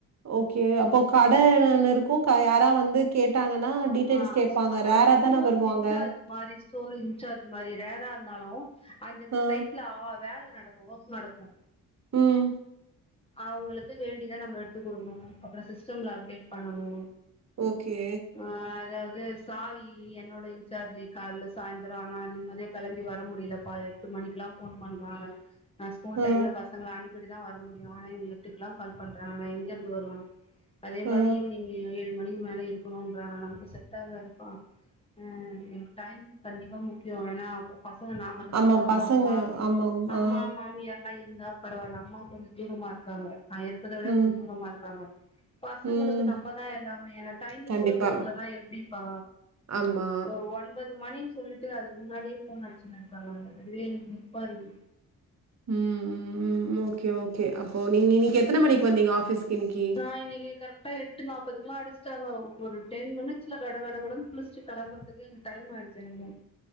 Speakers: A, on the right; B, on the left.
A: ஓகே அப்போ கடன்னு ஒன்னு இருக்கு க யாராது வந்து கேட்டாங்கன்னா,
B: ஆ
A: டீட்டெயில்ஸ்
B: ஆமா
A: கேட்பாங்க.
B: அதாவது
A: ரேரா தான
B: ஸ்டோர்ஸ்
A: வருவாங்க.
B: இன்சார்ஜ் மாரி ஸ்டோரேஜ் இன்சார்ஜ் மாரி ரேரா இருந்தாலு அந்தந்த
A: ஆ.
B: சைட்ல ஆ வேல நடக்கும் ஒர்க் நடக்கு
A: ம்
B: அவுங்களுக்கு வேண்டித நம்ம எடுத்துக் கொடுக்கணும் அப்புறம் சிஸ்டம்ல அப்டேட் பண்ணணு
A: ஓகே
B: ஆ அதாவது சாவி என்னோட இன்சார்ஜி கால்ல சாயந்தர ஆனா நிம்மதியா கெளம்பி வர முடியலப்பா எட்டு மணிக்குல்லா ஃபோன் பண்றாங்க நா ஸ்கூல்
A: ஆ,
B: டைம்ல பசங்கள அனுப் இப்படி தா வர முடியு ஆனா எட்டுக்கெல்லா கால் பண்றங்கா எங்கேருந்து வருவ அதே மாரி
A: ஆ,
B: ஈவினிங்கு ஏழு ணு மணிக்கு மேல இருக்கணுன்றாங்க நமக்கு செட் ஆகாதுப்பா ஆ டைமிங் கண்டிப்பா முக்கியம் ஆனா பசங்க நா மட்டுந்தா
A: ஆமா,
B: பாக்கணு
A: பசங்க.
B: அம்மா
A: ஆமாம்.
B: அம்மா
A: ஆ.
B: மாமியார்லா இருந்தா பரவால்ல அம்மா கொஞ்ச தூரமா இருக்காங்க நா இருக்கிறத விட
A: ம்,
B: கொஞ்ச தூரமா இருக்காங்க பசங்களுக்கு
A: ம்.
B: நம்ம தா எல்லாமே எனக் டைமிங்
A: கண்டிப்பா.
B: கூட கொடுக்கலனா எப்டிப்பா
A: ஆமா.
B: ஒரு ஒன்பது மணின்னு சொல்லிட்டு அதுக்கு முன்னாடியே ஃபோன் அடிச்சுன்னு இருக்காங்க அங்க அதுவே எனக்கு நிற்பா இருக்கு
A: ம் ம் ம் ஓகே ஓகே அப்போ நீங்க இன்னிக்கு எத்தன மணிக்கு வந்தீங்க ஆஃபீஸ்க்கு இன்னிக்கு
B: நா இன்னக்கி கரெக் ட்டா எட்டு நாப்பதுக்குலா அடிச்சுட்டாங்க ஒரு டென் மினிட்ஸ்ல கட கடனு குளிச்சுட்டு கெளம்புறதுக்கு எனக் டைம் ஆகி தெனமும்